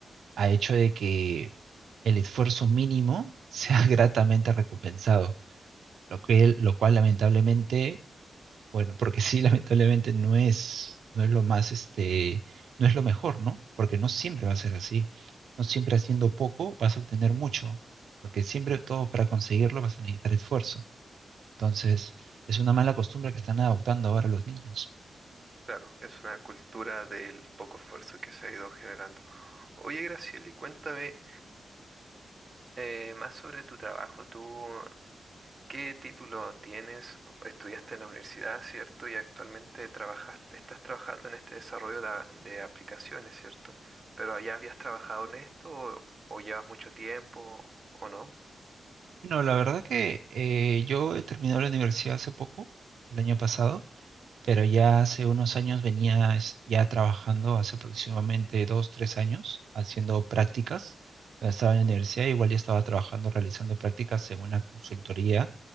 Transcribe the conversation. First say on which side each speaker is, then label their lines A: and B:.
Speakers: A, on the right; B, on the right.
A: a hecho de que el esfuerzo mínimo sea <laughs> gratamente recompensado, lo que, lo cual lamentablemente, bueno, porque sí, <laughs> lamentablemente no es, no es lo más, este, no es lo mejor, ¿no? Porque no siempre va a ser así. No siempre haciendo poco vas a obtener mucho, porque siempre todo para conseguirlo vas a necesitar esfuerzo. Entonces, es una mala costumbre que están adoptando ahora los niños.
B: Claro, es una cultura del poco esfuerzo que se ha ido generando. Oye, Gracieli, cuéntame eh, más sobre tu trabajo. ¿Tú qué título tienes? Estudiaste en la universidad, ¿cierto? Y actualmente trabajas, estás trabajando en este desarrollo de, de aplicaciones, ¿cierto? ¿Pero allá habías trabajado en esto o, o llevas mucho tiempo o no?
A: No, la verdad que eh, yo he terminado la universidad hace poco, el año pasado, pero ya hace unos años venía es- ya trabajando, hace aproximadamente dos, tres años, haciendo prácticas. Cuando estaba en la universidad, igual ya estaba trabajando, realizando prácticas en una consultoría,